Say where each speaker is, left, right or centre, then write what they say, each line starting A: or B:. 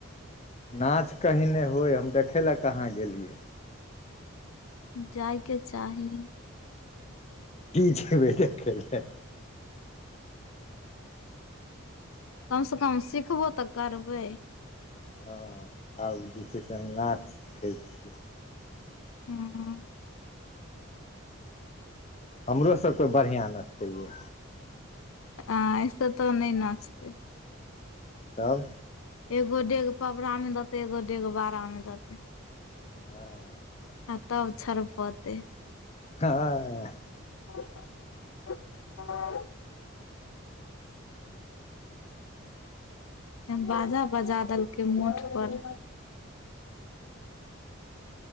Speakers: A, on the left; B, on the left.
A: नाच कहीं नहि होय हम देखै ला कहाँ गेलियै।
B: जाइके चाही।
A: कि जेबै देखै ला।
B: कमसे कम सिखबो तऽ करबै।
A: हँ आब जे छैय से हम नाच सिखै छि।
B: हँ
A: हमरो सबके बढ़िआँ नतै यै।
B: आय से तऽ नहि नचतै।
A: तब
B: एगो डेग पपड़ा मे देते एगो डेग बाड़ा मे देतय।
A: हँ
B: आ तब छड़पतय।
A: <unintelligible>
B: <unintelligible> बाजा बजा देलकै मोठ पर।